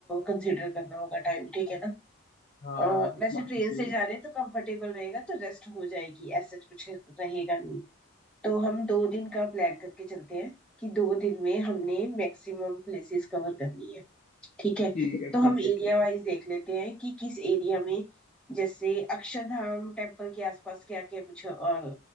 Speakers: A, in the centre; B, on the left.
A: कंसिडर करना होगा टाइम ठीक है ना
B: हाँ
A: अ, वैसे
B: बात
A: ट्रेन
B: तो सही
A: से
B: है
A: जा रहे हैं तो कंफर्टेबल रहेगा तो रेस्ट हो जाएगी ऐसा कुछ रहेगा नहीं तो हम दो दिन का प्लान करके चलते हैं कि दो दिन में हमने मैक्सिमम प्लेसेस कवर करनी है ठीक है
B: ठीक है
A: तो
B: ठीक
A: हम एरिया
B: है ठीक
A: वाइज
B: है
A: देख लेते हैं कि किस एरिया में जैसे अक्षरधाम टेम्पल के आसपास क्या क्या कुछ और